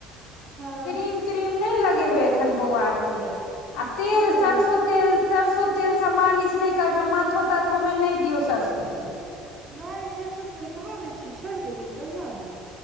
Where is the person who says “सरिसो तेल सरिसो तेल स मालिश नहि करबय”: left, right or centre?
Left